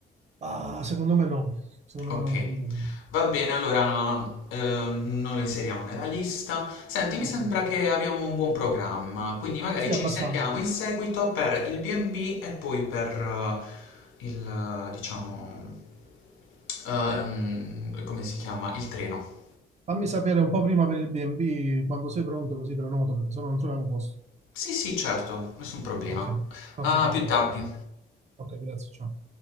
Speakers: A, on the right; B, on the left.
A: Ah, secondo me no, secondo
B: Ok,
A: me non conviene.
B: va bene, allora ehm, non lo inseriamo nella lista. Senti, mi
A: Ok.
B: sembra che abbiamo un buon programma, quindi magari
A: Sì,
B: ci
A: abbastanza.
B: sentiamo in seguito per il B&B e B e poi per eh, il, eh, diciamo, ehm, come si chiama? Il treno.
A: Fammi sapere un po' prima per il B&B quando sei pronto, così prenoto, perché sennò non troviamo posto.
B: Sì, sì, certo, nessun problema.
A: Ok, ok,
B: A
A: perfetto.
B: più tardi.
A: Ok, grazie, ciao.